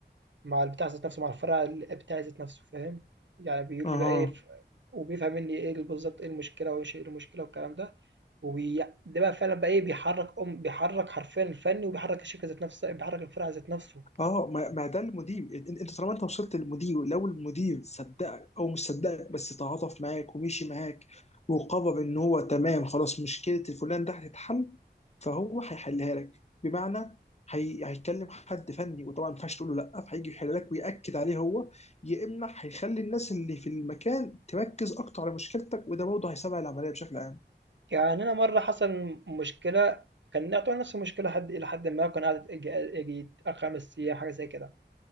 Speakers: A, on the right; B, on the left.
A: مع البتاع ذات نفسه مع الفرع ال- بتاع ذات نفسه فاهم يعني بيقول
B: اها
A: لي بقى ايه ف... وبيفهم مني ايه بالظبط ايه المشكله وايش ايه المشكله والكلام ده وبي... ده بقى فعلا بقى ايه بيحرك ام بيحرك حرفيا الفني وبيحرك الشركه ذات نفسها بيحرك الفرع ذات نفسه
B: اه ما ما ده المدير إن- انت طالما انت وصلت للمدير لو المدير صدقك او مش صدقك بس تعاطف معاك ومشي معاك وقرر ان هو تمام خلاص مشكله الفلان ده هتتحل فهو هيحلها لك بمعنى هي... هيكلم حد فني وطبعا ما ينفعش تقول له لا فهيجي يحل لك ويأكد عليه هو يا اما هيخلي الناس اللي في المكان تركز اكتر على مشكلتك وده برضه هيسرع العمليه بشكل عام
A: يعني أنا مرّة حصل مشكلة كان يعتبر نفس المشكلة حد إلى حدٍ ما، وكان قعدت ييجي ييجي 4، 5 أيام حاجة زي كده.